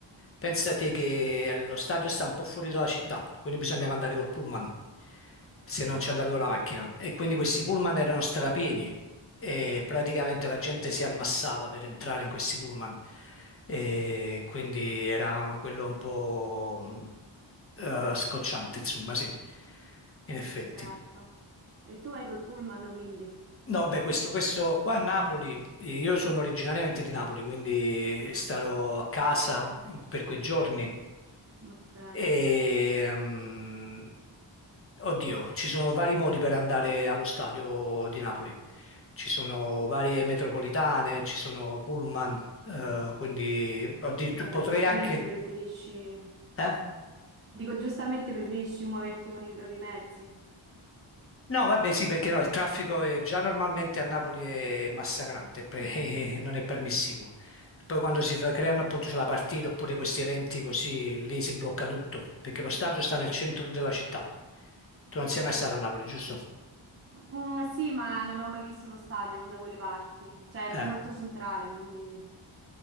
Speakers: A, on the left; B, on the right.
A: pensa te che eh, lo stadio sta un po' fuori dalla città, quindi bisognava andare col pullman, se non
B: Ah,
A: ci andavi con la macchina, e quindi questi pullman erano strapieni e praticamente la gente si ammassava per entrare in questi pullman, e quindi era un- quello un po' eh,
B: eh,
A: scocciante insomma sì, in effetti.
B: esatto. E tu vai col pullman, quindi?
A: No, beh, questo, questo qua a Napoli, eh, io sono originariamente di Napoli, quindi
B: Ah,
A: starò a casa in- per quei giorni.
B: ok.
A: E, mm, oddio, ci sono vari modi per andare allo stadio di Napoli. Ci sono varie metropolitane, ci sono pullman, eh, quindi oddio,
B: Vabbè,
A: potrei
B: giustamente
A: anche...
B: preferisci...
A: eh?
B: Dico, giustamente preferisci muoverti con i propri mezzi.
A: No, vabbè, sì, perché no, il traffico è già normalmente a Napoli è massacrante, pe- <laughs> non è permissivo. Poi quando si fa- creano appunto c'è la partita oppure questi eventi così, lì si blocca tutto, perché lo stadio
B: Eh.
A: sta nel centro della città. Tu non sei mai stato a Napoli, giusto?
B: Mm, sì, ma non ho mai visto uno stadio, non da quelle parti. Cioè,
A: Eh.
B: è molto centrale, quindi